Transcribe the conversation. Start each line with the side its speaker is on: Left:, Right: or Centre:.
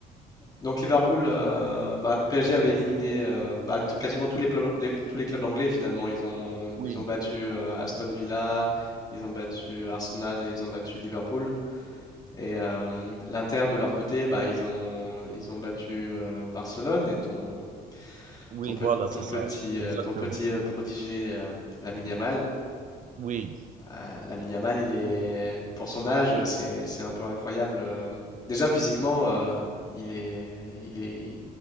Left: donc Liverpool, euh, bah, PSG avait éliminé euh, bah, t- quasiment tous les, pla- les- tous les clubs anglais finalement. Ils ont,
Right: Oui,
Left: ils ont battu euh, Aston Villa, ils ont battu Arsenal et ils ont battu Liverpool. Et euh, l'Inter de leur côté, bah, ils ont, ils ont battu euh, Barcelone et ton
Right: oui,
Left: Ton, pe-
Right: voilà, c'est
Left: ton petit,
Right: ça,
Left: euh,
Right: exactement.
Left: ton petit euh, prodigé, euh, Lamine Yamal,
Right: Oui,
Left: euh, Lamine Yamal, il est, pour son âge, euh, c'est, c'est un peu incroyable. euh. Déjà, physiquement, euh, il est, il est,